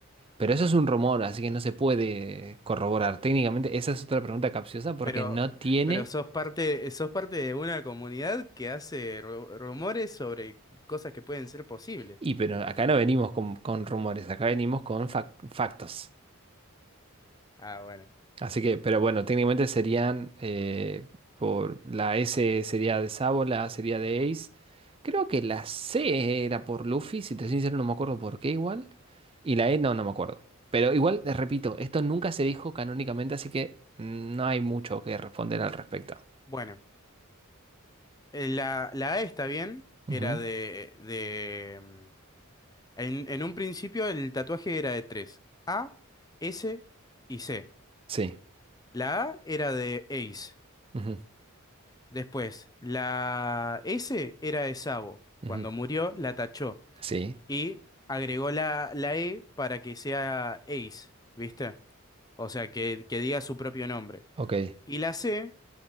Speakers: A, on the right; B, on the left.
A: pero eso es un rumor, así que no se puede corroborar. Técnicamente, esa es otra pregunta capciosa porque
B: pero,
A: no tiene,
B: pero sos parte, sos parte de una comunidad que hace ru- rumores sobre cosas que pueden ser posibles.
A: y pero acá no venimos con, con rumores, acá venimos con fac- factos.
B: Ah, bueno.
A: Así que, pero bueno, técnicamente serían eh, por la S sería de Sabo, la A sería de Ace. Creo que la C era por Luffy, si te soy sincero no me acuerdo por qué igual. Y la E no, no me acuerdo. Pero igual, eh, repito, esto nunca se dijo canónicamente, así que mm, no hay mucho que responder al respecto.
B: Bueno, eh, la, la A está bien,
A: Ujú,
B: era de, de, mm, en, en un principio el tatuaje era de tres, A, S y C.
A: Sí.
B: La A era de Ace,
A: ujú,
B: después la S era de Sabo,
A: ujú,
B: cuando murió la tachó.
A: Sí.
B: y agregó la, la E para que sea Ace, ¿viste? O sea, que, que diga su propio nombre.
A: Ok.
B: Y la C